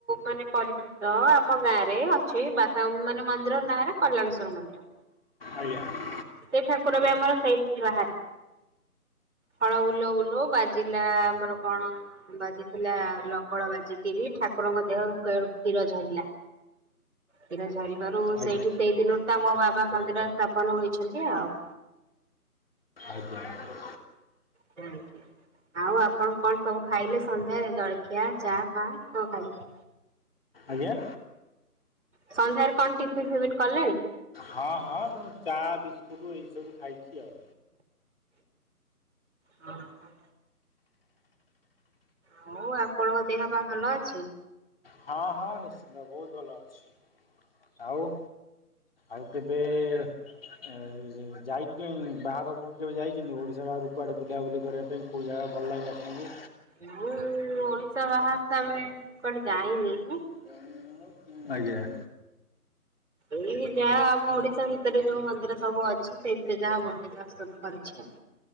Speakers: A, on the right; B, on the left.
A: ମାନେ ପରିଚିତ ଆମ ଗାଁ ରେ ଅଛେ ବା ମାନେ ମନ୍ଦିର ନାଁରେ କଲଣେଶ୍ଵର ମନ୍ଦିର।
B: ଆଜ୍ଞା।
A: ସେ ଠାକୁର ବି ଆମର ସେମିତି ବାହାରି ହଳ ବୁଲଉ ବୁଲଉ ବାଜିଲା ଆମର କଣ ବାଜିଥିଲା ଲଙ୍ଗଳ ବାଜିିକିରି ଠାକୁରଙ୍କ ଦେହରୁ କ୍ଷୀର ଝରିଲା। କ୍ଷୀର ଝରିବାରୁ
B: ଆଜ୍ଞା
A: ସେଇଠି ସେଇ ଦିନରୁ ତ ଆମ ବାବା ମନ୍ଦିର ସ୍ଥାପନ ହୋଇଛନ୍ତି ଆଉ।
B: ଆଜ୍ଞା।
A: ହୁଁ। ଆଉ ଆପଣ କଣ ସବୁ ଖାଇଲେ ସନ୍ଧ୍ୟାରେ ଜଳଖିଆ ଚା ଫ କଣ ଖାଇଲେ?
B: ଆଜ୍ଞା?
A: ସନ୍ଧ୍ୟାରେ କଣ ଟିଫିନ ଫିଫିନ କଲେଣି?
B: ହଁ ହଁ ମୁଁ ଚା ବିସ୍କୁଟ୍ ଏଇସବୁ ଖାଇଚି ଆଉ।
A: ହଁ ହଁ। ହଉ ଆପଣଙ୍କ ଦେହ ପା ଭଲ ଅଛି?
B: ହଁ ହଁ ନିଶ୍ଚିନ୍ତ ବହୁତ ଭଲ ଅଛି। ଆଉ ଆଉ କେବେ ଯାଇ ବାହାରକୁ କେବେ ଯାଇଚନ୍ତି ଓଡ଼ିଶା ବାହାରୁକୁ କୁଆଡ଼େ ବୁଲାବୁଲି କରିବା ପାଇଁ କେଉଁ ଜାଗା ଭଲ ଲାଗେ ଆପଣଙ୍କୁ?
A: ମୁଁ ଓଡିଶା ବାହାରେ ତ ଆମ କୁଆଡେ ଯାଇନି।
B: <unintelligible> ଆଜ୍ଞା।
A: ଏଇ ଯାହା ଆମ ଓଡିଶା ଭିତରେ ଯୋଉ ମନ୍ଦିର ସବୁ ଅଛି ସେଇଥିରେ ଯାହା ମନ୍ଦିର ଯ ସବୁ କରିଛି ଆଉ।